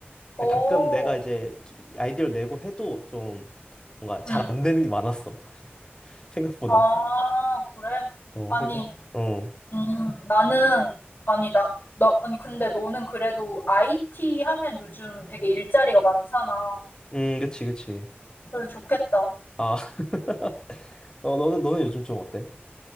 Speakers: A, on the left (about 20°); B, on the left (about 55°).
A: 근데
B: 오,
A: 가끔 내가 이제 아이디어를 내고 해도 좀 뭔가 잘
B: 응.
A: 안 되는 게 많았어. <laughs> 생각보다.
B: 아, 그래?
A: 어,
B: 아니,
A: 그래서, 어.
B: 음, 나는, 아니, 나, 나, 아니, 근데 너는 그래도 IT 하면 요즘 되게 일자리가 많잖아.
A: 음, 그치, 그치.
B: 그래서 좋겠다.
A: 아, <laughs> 어, 너는, 너는 요즘 좀 어때?